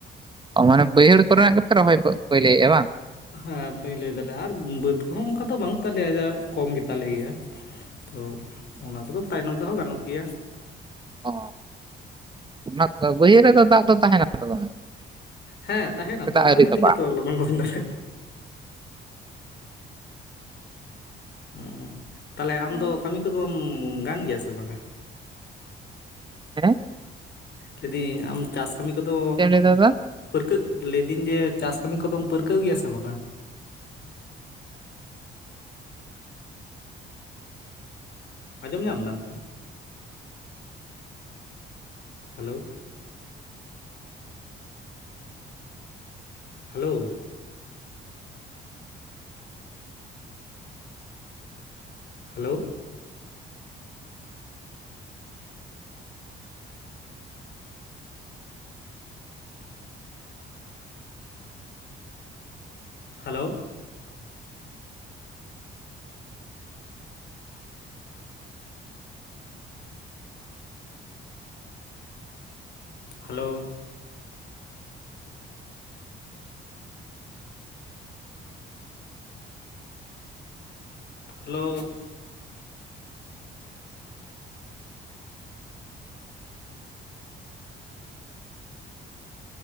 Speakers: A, on the right; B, on the left.
A: ᱚ ᱢᱟᱱᱮ ᱵᱟᱹᱭᱦᱟᱹᱲ ᱠᱚᱨᱮᱱᱟᱜ ᱜᱮᱯᱮ ᱨᱚᱦᱚᱭ ᱜᱚᱫ ᱯᱟ. ᱭᱞᱟ. ᱮᱫ ᱟ ᱵᱟᱝ?
B: ᱦᱮᱸ ᱯᱟᱹᱭᱞᱟᱹᱭ ᱫᱟᱞᱮ ᱟᱨ ᱵᱟᱹᱫᱽ ᱠᱚᱦᱚᱸ ᱚᱱᱠᱟ ᱫᱚ ᱵᱟᱹᱱᱩᱜ ᱛᱟᱞᱮᱭᱟ ᱡᱟ ᱠᱚᱢ ᱜᱮ ᱛᱟᱞᱮ ᱜᱮᱭᱟ᱾ ᱛᱚ ᱚᱱᱟ ᱠᱚᱫᱚ ᱛᱟᱭᱱᱚᱢ ᱛᱮᱦᱚᱸ ᱜᱟᱱᱚᱜ ᱜᱮᱭᱟ᱾
A: ᱚᱻ ᱚᱱᱟ ᱵᱟᱹᱭᱦᱟᱹᱲ ᱨᱮᱫᱚ ᱫᱟᱜ ᱫᱚ ᱛᱟᱦᱮᱸ ᱱᱟ ᱛᱚ ᱫᱚᱢᱮ᱾
B: ᱦᱮᱸ ᱛᱟᱦᱮᱱᱟ
A: ᱥᱮ
B: ᱛᱚ
A: ᱫᱟᱜ
B: ᱚᱱᱟ
A: ᱟᱹᱣᱨᱤ
B: ᱠᱷᱟᱹᱛᱤᱨ
A: ᱛᱚᱸᱵᱟᱜᱼᱟ
B: ᱛᱮᱜᱮ ᱛᱚ ᱞᱚᱜᱚᱱ ᱞᱚᱜᱚᱱ ᱫᱷᱟᱨᱟ ᱩᱸ ᱛᱟᱦᱚᱞᱮ ᱟᱢ
A: ᱦᱮᱸ
B: ᱫᱚ ᱠᱟᱹᱢᱤ ᱠᱚᱫᱚᱢ ᱜᱟᱱ ᱜᱮᱭᱟ ᱥᱮ ᱵᱟᱝ ᱟ?
A: ᱦᱮᱸ
B: ᱞᱟᱹᱭᱫᱟᱹᱧ ᱟᱢ ᱪᱟᱥ ᱠᱟᱹᱢᱤ ᱠᱚᱫᱚᱼᱼ
A: ᱪᱮᱫ ᱮᱢ ᱞᱟᱹᱭ ᱫᱟ ᱫᱟᱫᱟ
B: ᱯᱟᱹᱨᱠᱟᱹᱜ ᱞᱟᱹᱭᱫᱟᱹᱧ ᱡᱮ ᱪᱟᱥ ᱠᱟᱹᱢᱤ ᱠᱚᱫᱚᱢ ᱯᱟᱹᱨᱠᱟᱹᱣ ᱜᱮᱭᱟ ᱥᱮ ᱵᱟᱝ ᱟ? ᱟᱸᱡᱚᱢ ᱧᱟᱢ ᱫᱟᱢ hello hello hello hello hello hello